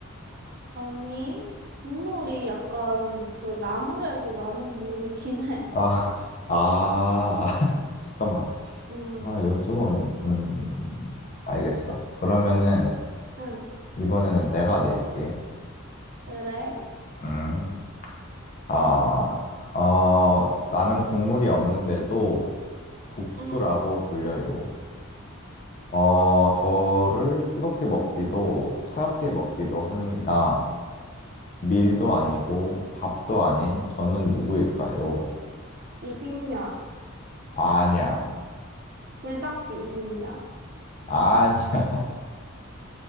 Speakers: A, on the right; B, on the left.
A: 아니, 국물이 약간 그 나물에서 나는 물이긴 해.
B: 아, <laughs> 아, <laughs> 잠깐만.
A: 음,
B: 아, 이건 조금, 음, 알겠어. 그러면은,
A: 쭉, 응,
B: 이번에는 내가 낼게.
A: 그래.
B: 음. 아, 어, 나는 국물이 없는데도 국수라고
A: 응.
B: 불려요. 어, 저를 뜨겁게 먹기도 차갑게 먹기도 합니다. 밀도 아니고 밥도 아닌 저는 누구일까요?
A: 비빔면,
B: 아니야.
A: 불닭 비빔면.
B: 아니야.